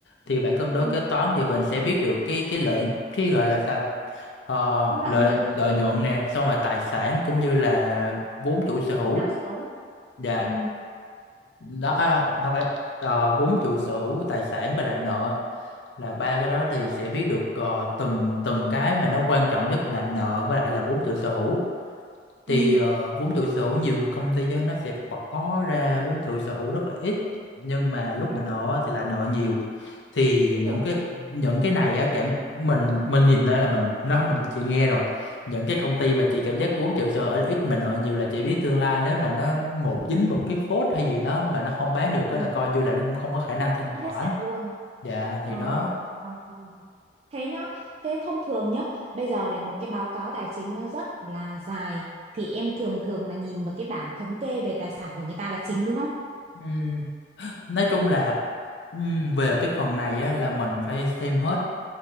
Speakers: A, on the left; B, on the right.
A: thì bảng cân đối
B: ừ
A: kế toán thì mình sẽ biết được cái cái lợi cái gọi là sao Ờ,
B: cái
A: lợi
B: lợi nhuận
A: lợi nhuận nè xong rồi tài sản cũng như là vốn chủ sở hữu
B: nạo xấu
A: và
B: ừ
A: đó à, nó phải ờ, vốn chủ sở hữu tài sản và lại nợ là ba cái đó thì sẽ biết được ờ, từng từng cái mà nó quan trọng nhất là nợ với lại là vốn chủ sở hữu thì
B: ừ
A: ờ, vốn chủ sở hữu nhiều người công ty á, nó sẽ bỏ ra vốn chủ sở hữu rất là ít nhưng mà lúc
B: ừ
A: mà nợ thì lại nợ nhiều thì
B: đúng
A: những
B: rồi
A: cái những cái này á cảm mình mình nhìn đó là mình nó mình chỉ nghe rồi những cái công ty mà chị cảm giác vốn chủ sở hữu ít mà nợ nhiều là chị biết tương lai nếu mà nó một dính một cái phốt hay gì đó mà nó không bán được á
B: ừ
A: là coi như là nó cũng không có khả năng thanh khoản
B: mất hết sạch luôn
A: dạ thì
B: ờ
A: đó
B: ờ Thế nhá, thế thông thường nhá, bây giờ này một cái báo cáo tài chính nó rất là dài thì em thường thường là nhìn vào cái bảng thống kê về tài sản của người ta là chính đúng không?
A: Ừm, nói chung là ừm, về cái phần này á, là mình phải xem hết